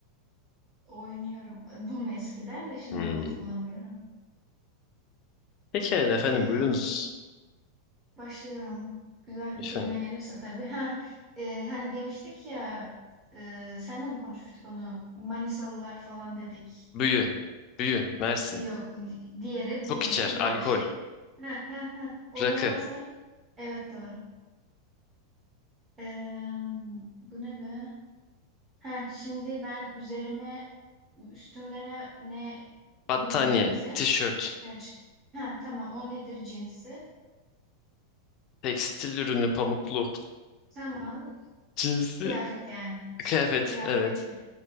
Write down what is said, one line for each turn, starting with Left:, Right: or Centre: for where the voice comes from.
Right: Oynuyorum. Doom eskiden de şimdi
Left: Hmm.
Right: vakit bulamıyorum.
Left: Pekala efendim
Right: Ee,
Left: buyurunuz.
Right: o zaman başlıyorum. Güzel
Left: Efendim.
Right: bir kelime gelirse tabii. Ha, e, hani demiştik ya e, senle mi konuşmuştuk onu? Manisalılar falan dedik.
Left: Büyü. Büyü. Mersin.
Right: E, yok. di- Diğeri,
Left: Çok
Right: diğeri,
Left: içer.
Right: diğer
Left: Alkol.
Right: şey. Ha, ha, ha. Onlardan
Left: Rakı.
Right: say. Evet doğru. Ee, bu ne be? Ha, şimdi ben üzerime Üstümde ne, ne bulunuyor
Left: Battaniye.
Right: bizim?
Left: Tişört.
Right: Yukarı çık. Ha, tamam o nedir cinsi?
Left: Tekstil ürünü pamuklu.
Right: Tamam
Left: Cinsi
Right: kıyafet yani.
Left: kıyafet.
Right: Kıyafet.
Left: Evet.
Right: <laughs>